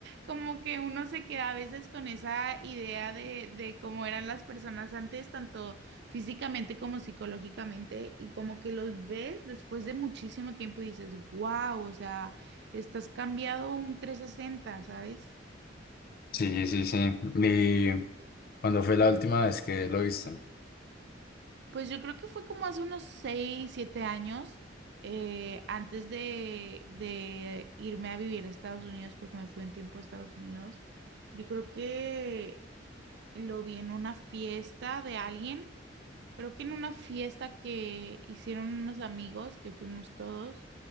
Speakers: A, on the right; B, on the left.
A: Como que uno se queda a veces con esa idea de, de cómo eran las personas antes, tanto físicamente como psicológicamente, y como que los ves después de muchísimo tiempo y dices, wow, o sea, estás cambiado un 360, ¿sabes?
B: Sí, sí, sí. Y. cuando fue la última vez que lo viste?
A: Pues yo creo que fue como hace unos 6 7 años, eh, antes de, de irme a vivir a Estados Unidos, porque me fui un tiempo a Estados Unidos. Yo creo que lo vi en una fiesta de alguien, creo que en una fiesta que hicieron unos amigos, que fuimos todos,